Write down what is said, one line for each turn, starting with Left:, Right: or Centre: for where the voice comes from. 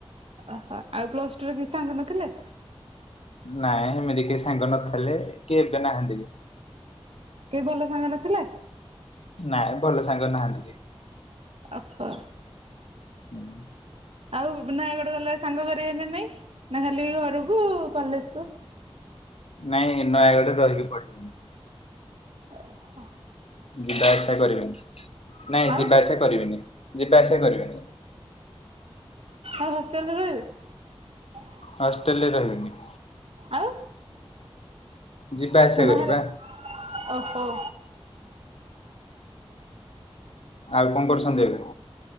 Right: ଓହୋ ଆଉ ପ୍ଲସ ଟୁ ରେ କେହି ସାଙ୍ଗ ନଥିଲେ?
Left: ନାଇଁ ସେମିତି କେହି ସାଙ୍ଗ ନଥିଲେ କିଏ ଏବେ ନାହାନ୍ତି।
Right: କେହି ଭଲ ସାଙ୍ଗ ନଥିଲେ?
Left: ନାଇଁ ଭଲ ସାଙ୍ଗ ନାହାନ୍ତି କେହି।
Right: ଓହୋ।
Left: ହୁଁ।
Right: ଆଉ ବୁନାୟାଗଡ ଗଲେ ସାଙ୍ଗ କରିବେ ନା ନାଇଁ? ନା ଖାଲି ଘରକୁ କଲେଜ କୁ?
Left: ନାଇଁ ନୟାଗଡ଼ ରେ ରହିକି ପଢ଼ିବି।
Right: ଓହୋ।
Left: ଯିବା ଆସିବା କରିବିନି ନାଇଁ
Right: ଆଉ
Left: ଯିବା ଆସିବା କରିବିନି। ଯିବା ଆସିବା କରିବିନି।
Right: ଆଉ ହଷ୍ଟେଲରେ ରହିବେ?
Left: ହଷ୍ଟଲେ ରହିବିନି।
Right: ଆଉ?
Left: ଯିବା ଆସିବା
Right: ବାହାରେ
Left: କରିବା
Right: ଓହୋ।
Left: ଆଉ କଣ କରୁସନ୍ତି ଏବେ?